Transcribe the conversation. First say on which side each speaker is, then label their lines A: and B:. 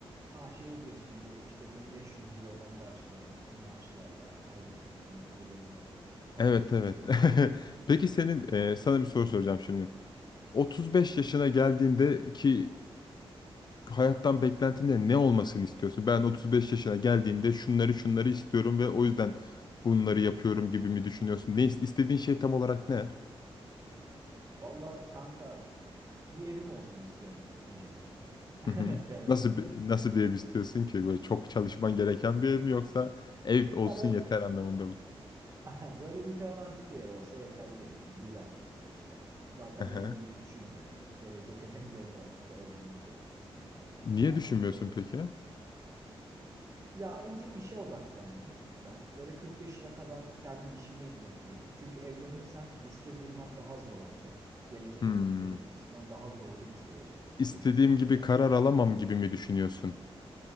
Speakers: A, on the right; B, on the left.
A: Ha şey diyorsun bu işte 1500 Euro'dan başlayan maaşlarla aylık 40 bin gelir net falan.
B: Evet evet.
A: Öyle diyorlar.
B: <laughs> Peki senin
A: <laughs>
B: e, sana bir soru soracağım şimdi. 35 yaşına geldiğinde ki e, hayattan beklentinde ne olmasını istiyorsun? Ben 35 yaşına geldiğimde şunları şunları istiyorum ve o yüzden bunları yapıyorum gibi mi düşünüyorsun? Ne ist- istediğin şey tam olarak ne?
A: Valla kanka bir evim olsun istiyorum öncelikle <laughs>
B: Hı hı.
A: temel
B: Nasıl
A: olarak.
B: bir, nasıl bir ev istiyorsun ki? Böyle çok çalışman gereken bir ev mi yoksa ev
A: Ya
B: olsun
A: böyle
B: yeter anlamında mı?
A: <laughs> böyle mütevazi bir ev olsa yeterli benim için. Bir artı bir işte. Zaten
B: Aha.
A: evlilik düşünmüyorum. Gelecek <laughs> hedeflerim arasında evlilik yok kesinlikle.
B: Niye
A: Ee,
B: düşünmüyorsun
A: böyle
B: peki?
A: Ya önce işe odaklandım ben. Böyle 40 yaşına kadar kendi işimi yapayım. Çünkü evlenirsem riske girmem daha zor olacak. Gelecek
B: Hmm.
A: hedeflerim açısından daha zorlu bir sürece
B: İstediğim
A: girmiş olacağım.
B: gibi karar alamam gibi mi düşünüyorsun?